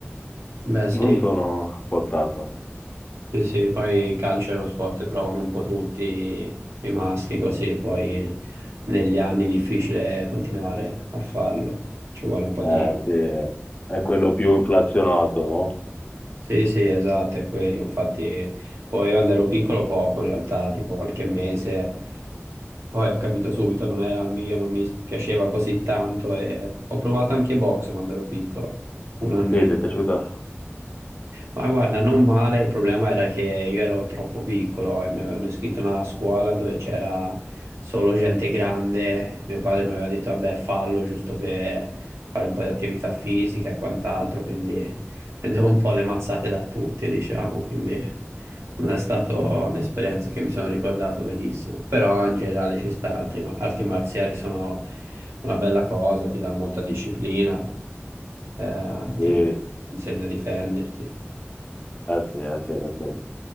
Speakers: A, on the right; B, on the left.
A: Beh, sì.
B: non sono portato.
A: Sì, sì, poi il calcio è uno sport che provano un po' tutti i maschi così, poi negli anni è difficile continuare a farlo, ci vuole un po'
B: Eh,
A: di...
B: sì, è quello più inflazionato, no?
A: Sì, sì, esatto, è quello, infatti poi io quando ero piccolo poco in realtà, tipo qualche mese, poi ho capito subito non era il mio, non mi piaceva così tanto e ho provato anche box quando ero piccolo, un annetto.
B: Sì, ti è piaciuta?
A: Ma guarda, non male, il problema era che io ero troppo piccolo e mi avevano iscritto a una scuola dove c'era solo gente grande. Mio padre mi aveva detto, vabbè, fallo giusto per fare un po' di attività fisica e quant'altro, quindi prendevo un po' le mazzate da tutti, diciamo, quindi non è stata un'esperienza che mi sono ricordato benissimo. Però in generale ci sta, altre arti arti marziali sono una bella cosa, ti dà molta disciplina, eh,
B: Sì,
A: ti
B: eh
A: insegna a difenderti.
B: sì, eh sì, eh sì. Eh,